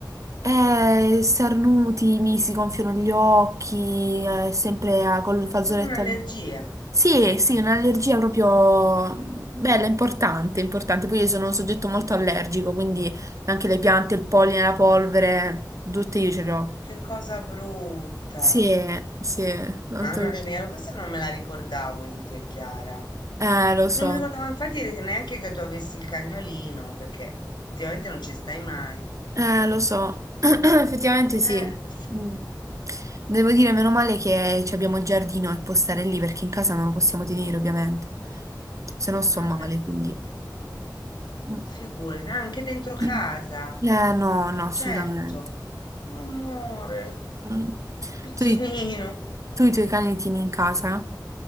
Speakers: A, on the right; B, on the left.
A: Eh, starnuti, mi si gonfiano gli occhi, eh, sempre a- col fazzoletto...
B: Proprio un'allergia.
A: al- Sì, sì, un'allergia proprio bella, importante, importante. Poi io sono un soggetto molto allergico, quindi anche le piante, il polline, la polvere, tutte io ce le ho.
B: Che cosa brutta.
A: Sì, sì, tanto...
B: Mamma mia, questa non me la ricordavo di te, Chiara.
A: Eh, lo so.
B: Non mi ricordavo infatti de- neanche che tu avessi il cagnolino, perché effettivamente non ci stai mai.
A: Eh, lo so, <clears throat> effettivamente
B: Eh,
A: sì.
B: per fu-
A: Mm. Devo dire, meno male che ci abbiamo il giardino e può stare lì perché in casa non lo possiamo tenere, ovviamente. Se no sto
B: eh,
A: male,
B: eh,
A: quindi. Mm.
B: figurati, anche dentro casa.
A: <clears throat> Eh, no, no, assolutamente.
B: Certo. Amore,
A: Mm.
B: Biginino.
A: Tu, i- tu i tuoi cani li tieni in casa?